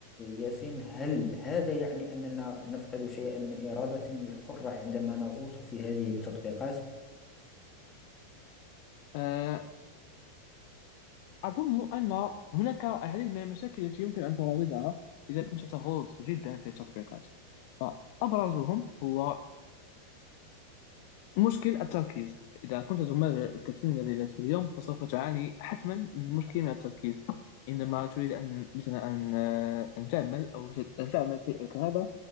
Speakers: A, on the left; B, on the left.
A: ياسين هل هذا يعني أننا نفقد شيئا من إرادتنا الحرة عندما نغوص في هذه التطبيقات؟
B: آه، أظن أن هناك العديد من المشاكل التي يمكن أن تراودها إذا كنت تغوص جدا في التطبيقات فأبرزهم هو مشكل التركيز إذا كنت تمارس الكثير من الرياضات في اليوم فسوف تعاني حتما من مشكل من التركيز عندما تريد أن مثلا أن آه، أن تعمل أو ت- أن تعمل شيء كهذا